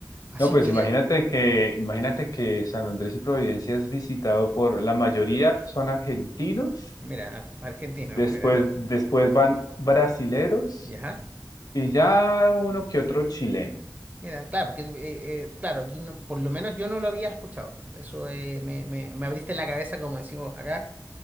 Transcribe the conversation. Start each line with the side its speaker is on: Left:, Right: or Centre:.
Right: Así
Left: No, pues
Right: que,
Left: imagínate que, imagínate que San Andrés y Providencia es visitado por la mayoría son argentinos
Right: mira, argentino,
Left: Después,
Right: mira,
Left: después van brasileros
Right: ya,
Left: y ya uno que otro chileno.
Right: mira, claro, porque eh, eh, claro, aquí no- por lo menos yo no lo había escuchado. Eso eh, me, me, me abriste la cabeza, como decimos acá.